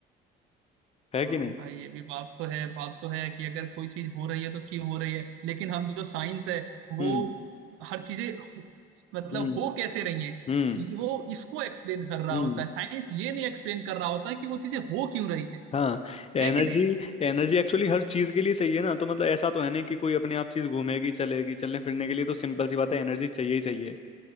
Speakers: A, on the left; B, on the right.
A: है
B: हाँ
A: कि नहीं
B: भाई ये भी बात तो है बात तो है कि अगर कोई चीज हो रही है तो क्यों हो रही है लेकिन हम जो साइंस है वो
A: हम्म
B: हर चीजें हो- मतलब
A: हम्म
B: हो कैसे रही हैं
A: हम्म
B: ये- वो इसको एक्सप्लेन कर रहा
A: हम्म
B: होता है साइंस ये नहीं एक्सप्लेन कर रहा होता है कि वो चीजें हो क्यों रही है
A: हाँ एनर्जी
B: है कि नहीं
A: एनर्जी एक्चुअली हर चीज के लिए चाहिए ना तो मतलब ऐसा तो है नहीं कि कोई अपने आप चीज घूमेगी चलेगी चलने फिरने के लिए तो सिंपल सी बात है एनर्जी चाहिए ही चाहिए